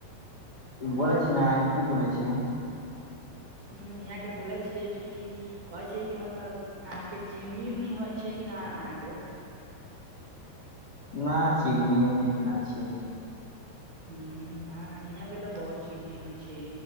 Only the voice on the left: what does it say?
बोलै छि अहाँकेँ की बोलै छियै
ना चिमनी उमनी ना छी हम